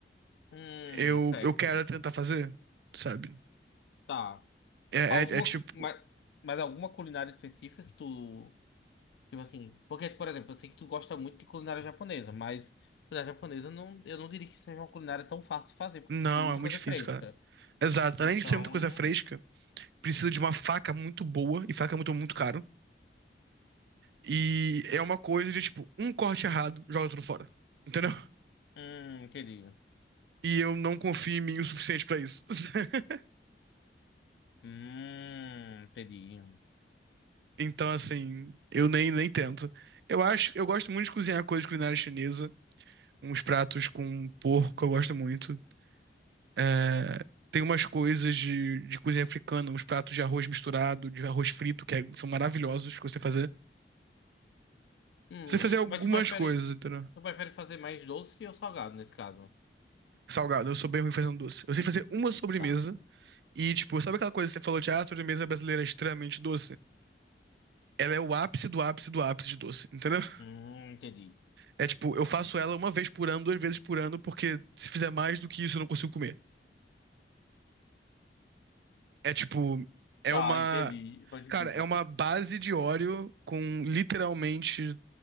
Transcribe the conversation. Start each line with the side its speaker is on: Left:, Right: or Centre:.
Left: Hum,
Right: eu,
Left: certo.
Right: eu quero tentar fazer, sabe?
Left: Tá.
Right: É,
Left: Alguma.
Right: é, é tipo.
Left: Mas, mas alguma culinária específica que tu. Tipo assim. Porque, por exemplo, eu sei que tu gosta muito de culinária japonesa, mas culinária japonesa não, eu não diria que seja uma culinária tão fácil de fazer, porque
Right: Não,
Left: precisa de muita
Right: é muito
Left: coisa
Right: difícil,
Left: fresca.
Right: cara. Exato.
Left: Então.
Right: Além de ser muita coisa fresca. precisa de uma faca muito boa, e faca é muito, muito caro. E é uma coisa de, tipo, um corte errado, joga tudo fora. Entendeu?
Left: Hum, entendi.
Right: E eu não confio em mim o suficiente pra isso. <laughs>
Left: Hum, entendi.
Right: Então, assim, eu nem, nem tento. Eu acho, eu gosto muito de cozinhar coisas culinária chinesa, uns pratos com porco, eu gosto muito. É, tem umas coisas de, de cozinha africana, uns pratos de arroz misturado, de arroz frito, que é- são maravilhosos que eu sei fazer.
Left: Hum,
Right: Eu sei fazer algumas
Left: mas tu prefere,
Right: coisas, entendeu?
Left: tu prefere fazer mais doce ou salgado nesse caso?
Right: Salgado, eu sou bem ruim fazendo doce. Eu sei fazer uma sobremesa,
Left: Tá.
Right: E, tipo, sabe aquela coisa que você falou de ah, a sobremesa brasileira é extremamente doce? Ela é o ápice do ápice do ápice de doce, entendeu? <laughs>
Left: Hum, entendi.
Right: É tipo, eu faço ela uma vez por ano, duas vezes por ano, porque se fizer mais do que isso eu não consigo comer. É tipo, é
Left: Tá,
Right: uma.
Left: entendi. Faz sentido.
Right: Cara, é uma base de Oreo com literalmente